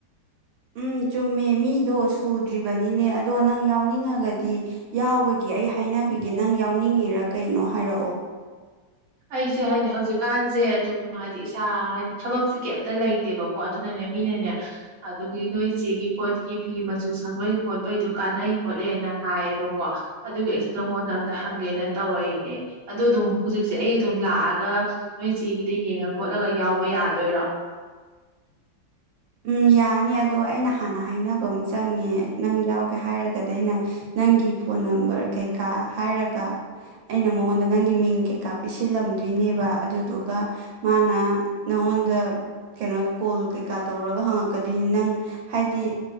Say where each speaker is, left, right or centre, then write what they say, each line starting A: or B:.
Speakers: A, on the right; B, on the right.
A: ꯎꯝ ꯆꯨꯝꯃꯦ ꯃꯤꯗꯣ ꯁꯨꯗ꯭ꯔꯤꯕꯅꯤꯅꯦ ꯑꯗꯣ ꯅꯪ ꯌꯥꯎꯅꯤꯡꯉꯒꯗꯤ ꯌꯥꯎꯕꯒꯤꯦ ꯑꯩ ꯍꯥꯏꯅꯕꯤꯒꯦ ꯅꯪ ꯌꯥꯎꯅꯤꯡꯉꯤꯔꯥ ꯀꯩꯅꯣ ꯍꯥꯏꯔꯛꯑꯣ
B: ꯑꯩꯁꯦ ꯍꯥꯏꯗꯤ ꯍꯧꯖꯤꯛꯀꯥꯟꯁꯦ ꯑꯗꯨꯝ ꯍꯥꯏꯗꯤ ꯏꯁꯥ ꯍꯥꯏꯗꯤ ꯊꯕꯛꯁꯦ ꯀꯩꯝꯇ ꯂꯩꯇꯦꯕꯀꯣ ꯑꯗꯨꯅꯅꯦ ꯃꯤꯅꯅꯦ ꯑꯗꯨꯝꯒꯤ ꯅꯣꯏ ꯆꯦꯒꯤ ꯈꯣꯠꯀꯤ ꯐꯤ ꯃꯆꯨ ꯁꯪꯕꯩ ꯈꯣꯠꯄꯩꯗꯨ ꯀꯥꯟꯅꯩ ꯈꯣꯠꯂꯦꯅ ꯍꯥꯏꯌꯦꯕꯀꯣ ꯑꯗꯨꯒꯤ ꯑꯩꯁꯨꯦ ꯅꯉꯣꯟꯗ ꯑꯝꯇ ꯍꯪꯒꯦꯅ ꯇꯧꯔꯛꯏꯅꯦ ꯑꯗꯨꯗ ꯑꯗꯨꯝ ꯍꯧꯖꯤꯛꯁꯦ ꯑꯩ ꯑꯗꯨꯨꯝ ꯂꯥꯛꯑꯒ ꯅꯣꯏ ꯏ ꯆꯦꯒꯤꯗ ꯌꯦꯡꯉ ꯈꯣꯠꯂꯒ ꯌꯥꯎꯕ ꯌꯥꯗꯣꯏꯔꯣ
A: ꯎꯝ ꯌꯥꯅꯤ ꯑꯗꯣ ꯑꯩꯅ ꯍꯥꯟꯅ ꯍꯥꯏꯅꯕ ꯑꯃ ꯆꯪꯉꯦ ꯅꯪ ꯌꯥꯎꯒꯦ ꯍꯥꯏꯔꯒꯗꯤ ꯑꯩꯅ ꯅꯪꯒꯤ ꯐꯣꯟ ꯅꯝꯕꯔ ꯀꯩꯀꯥ ꯍꯥꯏꯔꯒ ꯑꯩꯅ ꯃꯉꯣꯟꯗ ꯅꯪꯒꯤ ꯃꯤꯡ ꯀꯩꯀꯥ ꯄꯤꯁꯤꯜꯂꯝꯗꯣꯏꯅꯦꯕ ꯑꯗꯨꯗꯨꯒ ꯃꯥꯅ ꯅꯪꯉꯣꯟꯗ ꯀꯩꯅꯣꯗ ꯀꯣꯜ ꯀꯩꯀꯥ ꯇꯧꯔꯒ ꯍꯪꯉꯛꯀꯗꯣꯏꯅꯤ ꯅꯪ ꯍꯥꯏꯗꯤ